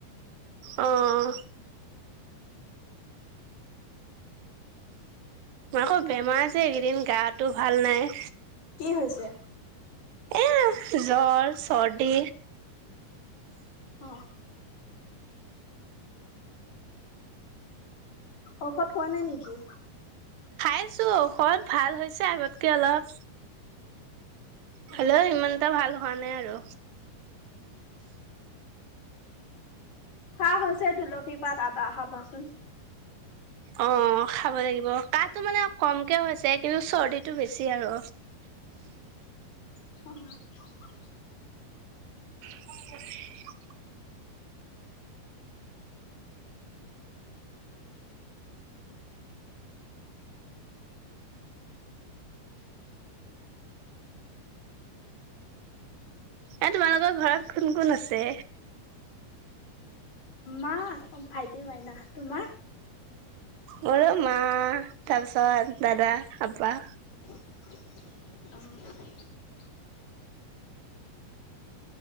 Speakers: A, on the right; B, on the left.
A: অহ। আকৌ বেমাৰ যে এই কেইদিন গাটো ভাল নাই।
B: কি হৈছে?
A: এ জ্বৰ, চৰ্দি।
B: অ, ' ঔষধ খোৱা নাই নেকি?
A: খাইছো ঔষধ ভাল হৈছে আগতকে অলপ। হলেও
B: অ
A: ইমান। টা ভাল হোৱা নাই আৰু।
B: কাঁহ হৈছে তুলসী পাত, আদা খাবাচোন।
A: অ খাব লাগিব কাঁহটো মানে কমকে হৈছে কিন্তু চৰ্দিটো বেছি আৰু।
B: <unintelligible>
A: <inaudible> এ তোমালোকৰ ঘৰত কোন কোন আছে?
B: মা, ভাইটি, মাইনা। তোমাৰ?
A: মোৰো মা তাৰপিছত দাদা। হবা।
B: <unintelligible>